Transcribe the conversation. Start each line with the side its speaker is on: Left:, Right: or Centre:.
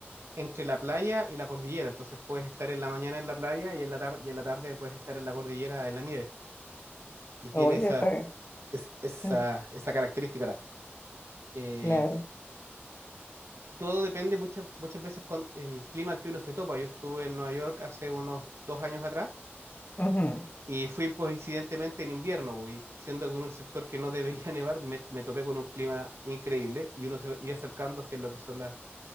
Right: entre la playa y la cordillera. Entonces puedes estar en la mañana en la playa y en la tarde, y en la tarde puedes estar en la cordillera en la nieve. Y tiene
Left: Oye,
Right: esa,
Left: está bien.
Right: es- esa,
Left: Mm,
Right: esa característica. ahora. Eh,
Left: Claro.
Right: todo depende muchas, muchas veces con en el clima que uno se topa. Yo estuve en Nueva York hace unos dos años atrás
Left: Ujú,
Right: Y fui pues incidentemente en invierno, po, y siendo que en un sector que no debería <laughs> nevar, me, me topé con un clima increíble y uno se iba acercando hacia lo que son las